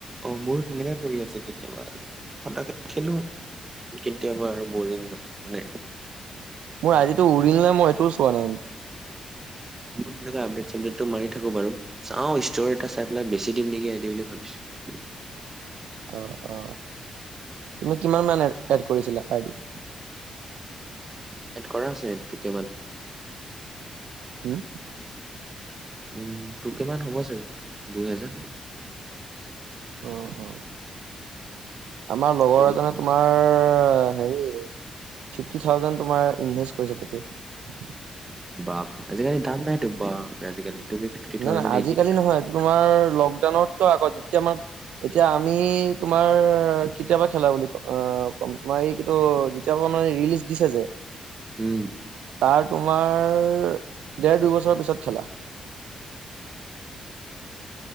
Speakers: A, on the right; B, on the right.
A: অ মোৰো তেনেকে পৰি আছে কেতিয়াবা আৰু ঠান্দাত। খেলো কেতিয়াবা। কেতিয়াবা আৰু বৰিং মানে।
B: আজিতটো উৰি নাই মই সেইটোও চোৱা নাই
A: ন চটো আমলেত তু মাৰি দিয়ে। <unintelligible> বাৰু চাওঁ ষ্টৰ এটা চাই পেলাই বেছি দিম নেকি আই দি বুলি ভাবিছো।
B: অ অ তুমি কিমান মান এড কৰিছিলা আইডিত।
A: এড কৰা আছে তোকে মান
B: হম
A: উম টু কে মান হ'ব চাগে দু হেজাৰ
B: আহ অ আমাৰ লগৰ
A: ত
B: এজনে তোমাৰ অ হেৰি ফিপ্টি থ্ৰাউজেন তুমাৰ ইনভেষ্ট কৰিছে তাতেই।
A: বাপৰে আজিকালি দাম নাইতো বাপৰে আজিকালি। তুমি ফিফটি
B: নাই
A: থাউজেণ্ড
B: নাই আজিকালি
A: এইটি
B: নহয়টো তোমাৰ লকডাউনত। আকৌ যেতিয়া মান এতিয়া আমি তোমাৰ কেতিয়াবা খেলা বুলি ক অ কম তোমাৰ এই কি যেতিয়া মানে ৰিলিজ দিছে যে
A: উম
B: আৰু তোমাৰ দেৰ দুই বছৰ পিছত খেলা।